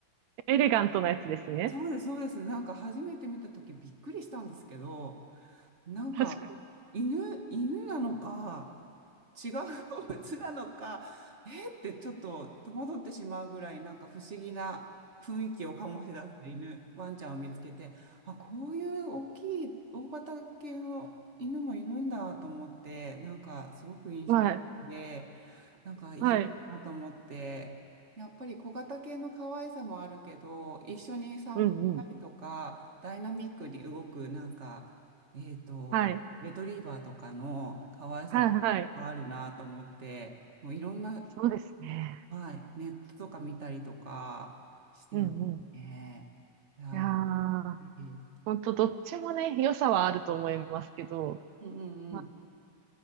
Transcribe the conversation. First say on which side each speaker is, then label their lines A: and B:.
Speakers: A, on the right; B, on the right.
A: エレガントなやつですね。
B: そうです、そうです。なんか初めて見た時びっくりしたんですけど、なんか、
A: 確かに。
B: 犬、犬なのか、違う動物なのか、えーってちょっと戸惑ってしまうぐらい、なんか不思議な雰囲気を醸し出す犬、ワンちゃんを見つけて、あ、こういう大きい、大型系の犬もいるんだと思って、なんかすごく印象的で、
A: はい。
B: なんかいいなと思って、
A: はい。
B: やっぱり小型系の可愛さもあるけど、一緒に散歩したりとか、
A: うんうん。
B: ダイナミックに動く、なんか、えっと、
A: はい。
B: レトリーバーとかの可愛さもあるなと思って、
A: はい。はい。
B: もういろんな、
A: そうですね。
B: はい、ネットとか見たりとかしてますね。
A: うんうん。い
B: いや、
A: やー、
B: 嬉しい。
A: ほんとどっちもね、良さはあると思いますけど、
B: うんうんうん。
A: まあ、